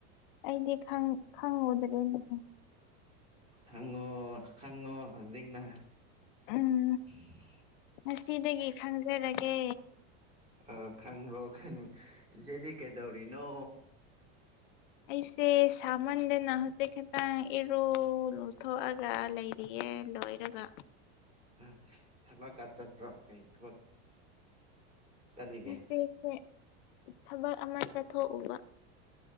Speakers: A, on the left; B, on the right.
A: ꯑꯩꯗꯤ ꯈꯪ ꯈꯪꯉꯨꯗ꯭ꯔꯦꯅꯦꯍꯦ
B: ꯈꯪꯉꯣ ꯈꯪꯉꯣ ꯍꯧꯖꯤꯛꯅ
A: ꯎꯝ
B: <inaudible>
A: ꯉꯁꯤꯗꯒꯤ ꯈꯪꯖꯔꯒꯦ
B: ꯑꯣ ꯈꯪꯔꯣ ꯈꯪꯔꯣ ꯆꯤꯆꯦꯗꯤ ꯀꯩꯗꯧꯔꯤꯅꯣ
A: ꯑꯩꯁꯦ ꯁꯥꯃꯟꯗꯅ ꯍꯧꯖꯤꯛ ꯈꯤꯇꯪ ꯏꯔꯨ ꯂꯨꯊꯣꯛꯑꯒ ꯂꯩ ꯔꯤꯌꯦ ꯂꯣꯏꯔꯒ
B: ꯑꯥ ꯊꯕꯛꯀ ꯆꯠꯄ꯭ꯔꯣ ꯀꯔꯤ ꯊꯕꯛ ꯆꯠꯂꯤꯒꯦ
A: ꯉꯁꯤꯁꯦ ꯊꯕꯛ ꯑꯃ ꯆꯠꯊꯣꯛꯎꯕ